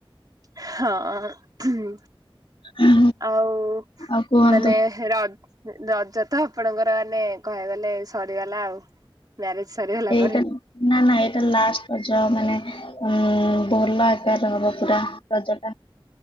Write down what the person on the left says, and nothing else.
ହୁଁ
ଆଉ କୁହନ୍ତୁ।
ଏଇଟା
ନା ନା ଏଇଟା ଲାଷ୍ଟ ରଜ ମାନେ ଉଁ ଭଲ ଆକାର ହବ ପୁରା ରଜ ଟା।